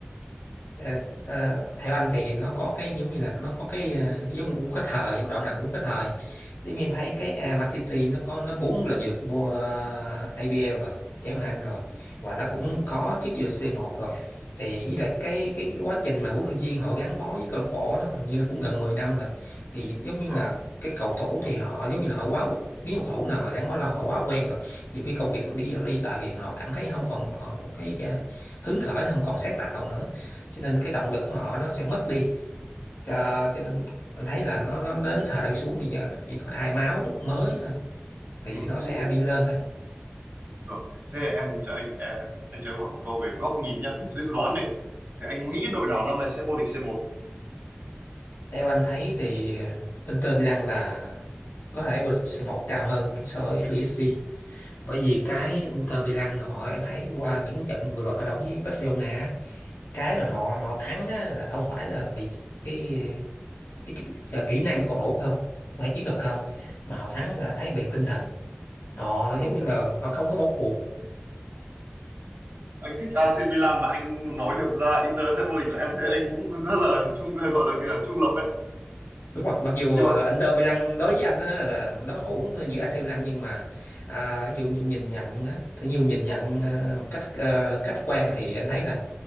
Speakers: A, on the left; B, on the right.
A: Ờ, ờ, theo anh thì nó có cái giống như là nó có cái ờ, giống cũng có thời đội nào cũng có thời giống như em thấy cái à, Man City nó có nó bốn lần vô địch vô ờ, APL rồi giải Ngoại hạng Anh rồi và nó cũng có chức vô địch c một rồi thì với lại cái cái, cái quá trình mà huấn luyện viên họ gắn bó với câu lạc bộ nó hình như nó cũng gần 10 năm rồi thì giống như
B: Ừ.
A: là cái cầu thủ thì họ giống như là họ quá nếu mà cầu thủ nào mà gắn bó lâu họ quá quen rồi nhiều khi công việc đi đi lại thì họ cảm thấy không còn còn cái ờ, hứng khởi nó không còn sáng tạo nữa cho nên cái động lực của họ nó sẽ mất đi cho cho nên anh thấy là nó nó đến thời đi xuống bây giờ chỉ có thay máu mới thôi thì
B: Ừ,
A: nó
B: cũng
A: sẽ
B: đúng
A: đi lên thôi
B: rồi thế em cho anh à, anh cho em hỏi một câu về góc nhìn nhá về dự đoán đi thì anh nghĩ đội nào năm nay sẽ vô địch C1
A: theo anh thấy thì Inter Milan là có thể vượt c cao hơn so với PSG bởi vì cái Inter Milan họ em thấy qua những trận vừa rồi họ đấu với Barcelona cái mà họ họ thắng á là không phải là vì cái cái, cái, cái kỹ năng của cầu thủ không phải chiến được không mà họ thắng là thấy về tinh thần họ giống
B: đúng
A: như là họ không có bỏ cuộc
B: anh thích AC
A: họ
B: Milan mà anh nói được ra Inter sẽ vô địch là em thấy anh cũng rất là trung gọi là cái là trung lập đấy
A: Đúng, mặc mặc dù
B: nhưng
A: ờ,
B: mà
A: Inter Milan đối với anh á, là đối thủ giữa AC Milan nhưng mà à, ví dụ như nhìn nhận á, thì nhiều nhìn nhận ờ, một cách ờ, khách quan thì anh thấy là